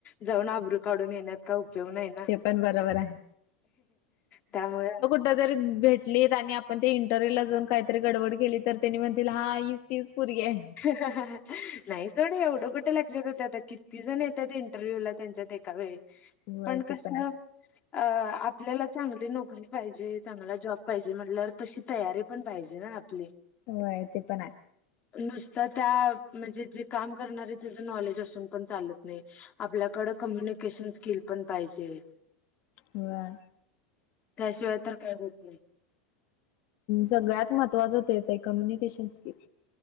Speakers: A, on the left; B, on the left.
A: जाऊन आबरू काढून येण्यात, काय उपयोग नाहीय ना
B: ते पण बरोबर आहे
A: त्यामुळें,
B: ज भेटली आणि आपण ते इंटरव्ह्यू ला जाऊन काहीतरी गडबड केली, तर त्यांनी म्हणतील हा ही तीच पूरगी आहे.
A: ह ह नाही. सर एवढं कुठं लक्षात येत आता किती जण येतात इंटरव्ह्यू ला त्यांच्यात एका वेळी.
B: होय
A: पण
B: ते
A: कसलं?
B: आहे
A: अ आपल्याला चांगली नोकरी पाहिजे, चांगला जॉब पाहिजे म्हण तशी तयारी पण पाहिजे ना आपली.
B: होय, ते पण आहे.
A: नुसत त्या म्हणजे, जे काम करणारे त्याचं नॉलेज असून पण चालत नाही. आपल्याकडे कम्युनिकेशन स्किल पण पाहिजे.
B: होय.
A: त्याशिवाय तर काय होत नाही.
B: सगळ्यात महत्वाचं तेच आहे, कम्युनिकेशन स्किल.